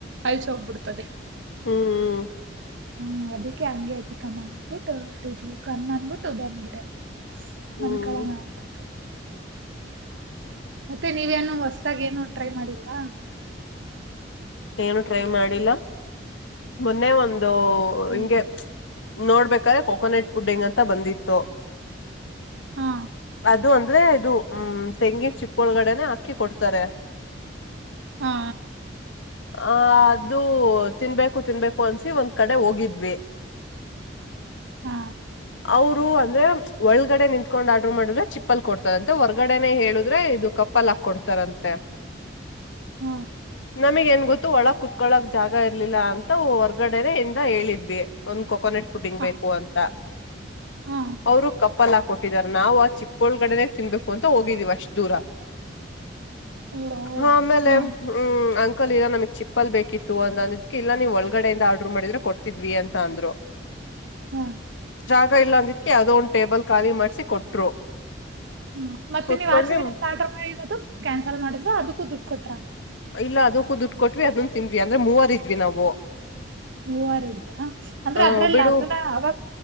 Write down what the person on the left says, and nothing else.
ಹ್ಮ್್ಮ
ಹ್ಮ್
ಏನು ಟ್ರೈ ಮಾಡಿಲ್ಲ ಮೊನ್ನೆ ಒಂದು
ಹಂಗೆ ನೋಡ್ಬೇಕಾದ್ರೆ ಕೋಕೋನಟ್ ಪುಡ್ಡಿಂಗ್ ಅಂತ ಬಂದಿತ್ತು
ಅದು ಅಂದ್ರೆ ಇದು ಹ್ಮ ತೆಂಗಿನ ಚಿಪ್ಪ ಒಳಗಡೆನೆ ಹಾಕಿ ಕೊಡ್ತಾರೆ
ಆ ಅದು ತಿನ್ಬೇಕು ತಿನ್ಬೇಕು ಅನ್ಸಿ ಒಂದ್ ಕಡೆ ಹೋಗಿದ್ವಿ <unintelligible>
ಅವರು ಅಂದ್ರೆ ಒಳಗಡೆ ನಿಂತ್ಕೊಂಡ್ ಆರ್ಡ್ರ ಮಾಡಿದ್ರೆ ಚಿಪ್ಪಲ್ ಕೊಡ್ತದಂತೆ ಹೊರ್ಗಡೆನೆೇ ಹೇಳುದ್ರೆ ಇದು ಪಪ್ಪಲ್ ಹಾಕ ಕೊಡ್ತಾರಂತೆ
ನಮಗ ಏನ್ ಗೊತ್ತು ಒಳಗ್ ಕುತ್ಕೊಳಕ್ ಜಾಗ ಇರ್ಲಿಲ್ಲ ಅಂತ ಹೊರ್ಗಡೆನೆ ಇಂದ ಹೇಳಿದ್ವಿ ಒಂದ್ ಕೊಕೋನಟ್ ಪಡಿಂಗ್ಬೇಕು
ಅಂತ
ಅವರು ಕಪ್ಪಲ್ ಹಾಕ್ ಕೊಟ್ಟಿದಾರ ನಾವು ಆ ಚಿಪ್ಪೋಳ್ಗಡೆನೆೇ ತಿನ್ಬೇಕು ಅಂತ ಹೋಗಿದೀವ ಅಷ್ಟ ದೂರ
ಹ ಆಮೇಲೆ
ಹ್ಮ್ ಅಂಕಲ್ ಈರ ನಮಗ್ ಚಿಪ್ಪಲ್ ಬೇಕಿತ್ತು ಅಂದ ಅನಿದಕ ಇಲ್ಲ ನೀವ್ ಒಳಗಡೆಯಿಂದ ಆರ್ಡ್ರ್ ಮಾಡಿದ್ರೆ ಕೊಡ್ತಿದ್ವಿ ಅಂತ ಅಂದ್ರು
ಜಾಗ ಇಲ್ಲ ಅಂದಿಟ್ಕಿ ಅದ ಒಂದ್ ಟೇಬಲ್ ಖಾಲಿ ಮಾಡ್ಸಿ ಕೊಟ್ರು
ಕುೂತ್ಕೊಂಡ್ವಿ
ಇಲ್ಲ ಅದ ಕುದುಟ್ ಕೊಟ್ವಿ ಅದನ್ ತಿಂದ್ವಿ ಅಂದ್ರೆ ಮೂವರ ಇದ್ವಿ ನಾವು
ಆ
ಬಿಡು